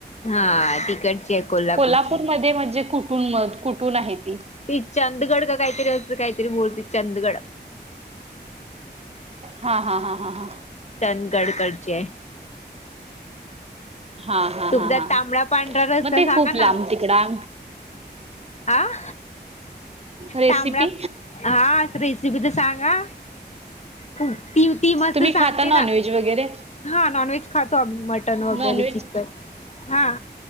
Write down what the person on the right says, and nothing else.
कोल्हापूरमध्येध्ये म्हणजे कुठून म कुठून आहे ती
हा हा हा हा हा
हा हा
हा हा
मग ते
खूप लांब तिकडा
रेसिपी
तुम्ही
खाता नॉनव्हेज
वगैरे
नॉनव्हेज